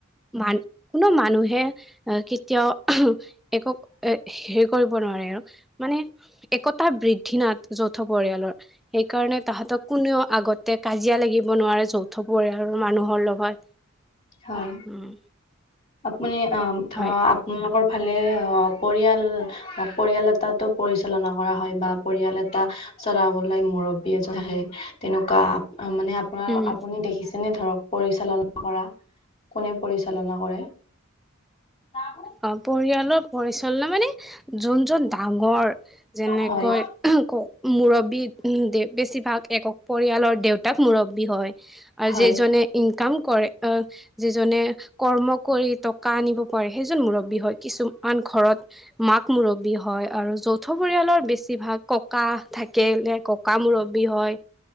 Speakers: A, in the centre; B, on the left.
A: মান কোনো মানুহে অ, কেতিয়াও একক এ হেৰি কৰিব নোৱাৰে আৰু মানে একত <unintelligible> বৃদ্ধি নাট যৌথ পৰিয়ালৰ সেইকাৰণে তাহাঁতক কোনেও আগতে কাজিয়া লাগিব নোৱাৰে যৌথ পৰিয়ালৰ মানুহৰ লগত।
B: হয়
A: উম
B: আপুনি অ, ধৰা
A: হয়
B: আপোনালোকৰ ফালে অহ, পৰিয়াল-পৰিয়াল এটাতো পৰিচালনা কৰা হয় বা পৰিয়াল এটা চৰাবলৈ মুৰব্বী এজন আহে তেনেকুৱা অ, মানে আপোনাৰ
A: উম
B: আপুনি দেখিছেনে ধৰক পৰিচালনা কৰা কোনে পৰিচালনা কৰে? <unintelligible>
A: অ, পৰিয়ালৰ পৰিচালনা মানে যোনজন ডাঙৰ যেনেকৈ
B: হয়,
A: ক'ক মুৰব্বী বেছিভাগ এক ক'ক পৰিয়ালৰ তাক মুৰব্বী হয় আৰু
B: হয়।
A: যিজনে ইনকাম কৰে অ, যিজনে কৰ্ম কৰি টকা আনিব পাৰে সেইজন মুৰব্বী হয় কিছুমান ঘৰত মাক মুৰব্বী হয় আৰু যৌথ পৰিয়ালৰ বেছি বেছিভাগ ককা থাকে এ ককা মুৰব্বী হয়।